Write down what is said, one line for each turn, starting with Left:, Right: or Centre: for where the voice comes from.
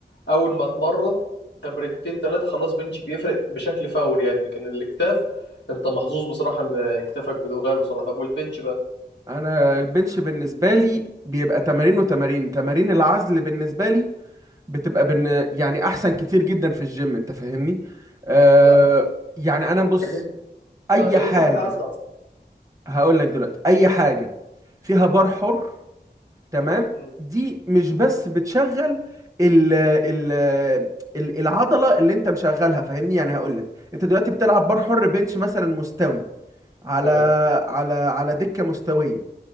Left: اول ما اتمرن تمرينتين ثلاثة خلاص بنش بيفرق بشكل فوري يعني لكن الاكتاف انت محظوظ بصراحة ان اكتافك بتتغير بسرعة طب والبنش بقى
Right: أنا البنش بالنسبة لي بيبقى تمارين وتمارين تمارين العزل بالنسبة لي بتبقى بن... يعني أحسن كتير جدا في الجيم أنت فاهمني؟ أه
Left: لا
Right: يعني أنا بص
Left: يعني
Right: أي
Left: اه يعني
Right: حاجة
Left: ايه تمرين عزل اصلا
Right: هقول لك دلوقتي اي حاجه فيها بار حر تمام
Left: مم،
Right: دي مش بس بتشغل ال ال ال- العضله اللي انت مشغلها فاهمني يعني هقول لك انت دلوقتي بتلعب بار حر بنش مثلا مستوي على
Left: تمام
Right: على على دكه مستويه